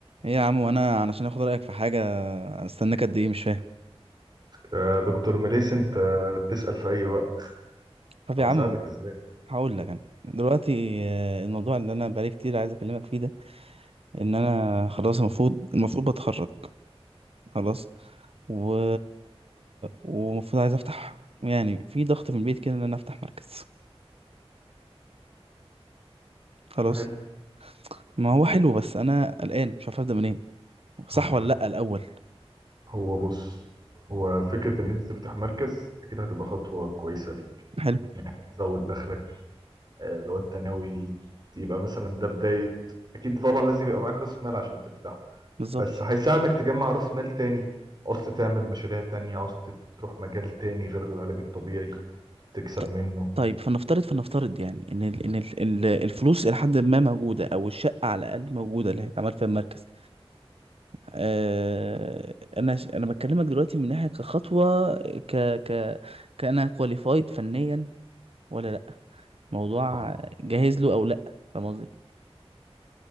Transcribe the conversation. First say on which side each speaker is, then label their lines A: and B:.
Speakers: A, on the right; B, on the right.
A: ايه يا عم وانا علشان اخد رايك في حاجه استناك قد ايه مش فاهم
B: يا دكتور مليس انت تسأل في اي وقت
A: طب
B: آه،
A: يا عم
B: اساعدك ازاي
A: هقول لك انا دلوقتي آه، الموضوع اللي انا بقالي كتير عايز اكلمك فيه ده ان انا خلاص المفروض المفروض بتخرج خلاص و ومفروض عايز افتح يعني في ضغط في البيت كده ان انا افتح مركز
B: كلام
A: خلاص
B: حلو
A: ما هو حلو بس انا قلقان مش عارف ابدا منين صح
B: اه
A: ولا لا الاول
B: هو بص هو فكرة ان انت تفتح مركز اكيد هتبقى خطوة كويسة ليك
A: حلو
B: يعني هتزود دخلك آه، لو انت ناوي يبقى مثلا ده بداية اكيد طبعا لازم يبقى معاك راس مال عشان تفتحه
A: بالظبط
B: بس هيساعدك تجمع راس مال تاني عوزت تعمل مشاريع تانية عوزت تروح مجال تاني غير العلاج الطبيعي تكسب
A: ط-
B: منه
A: طيب فلنفترض فلنفترض يعني ان ال ان ال ال- الفلوس الى حد ما موجوده او الشقه على الاقل موجوده اللي هيتعمل فيها المركز آه انا ش- انا بكلمك دلوقتي من ناحيه كخطوه ك ك كأنا كواليفايد فنيا ولا لا موضوع
B: اه
A: جاهز له او لا فاهم قصدي